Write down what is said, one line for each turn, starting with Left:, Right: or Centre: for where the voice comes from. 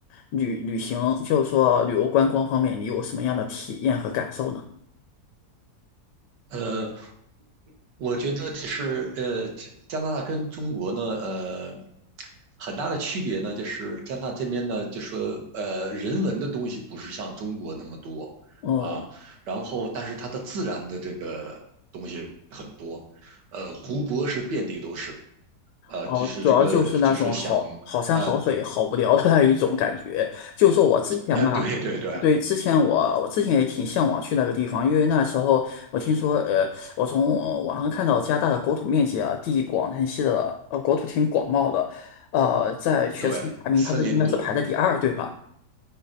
Left: 旅旅行，就是说旅游观光方面，你有什么样的体验和感受呢？
Right: 呃。我觉得就是呃，加拿大跟中国呢，呃，很大的区别呢，就是加拿大这边呢，就说呃，人文的东西不是像中国那么多啊，
Left: 哦，
Right: 然后但是它的自然的这个东西很多，呃，湖泊是遍地都是，呃，
Left: 哦，
Right: 就是这个就是想呃
Left: 主要就是那种好好山好水、好无聊的那一种感觉。就说我之前嘛，
Right: 呃，对对对
Left: 对，之前我我之前也挺向往去那个地方，因为那时候我听说，呃，我从呃网上看到加拿大的国土面积啊，地广人稀的，呃，国土挺广袤的，呃，在全世界排名它是应该是排在第二，
Right: 对，森林多，
Left: 对吧？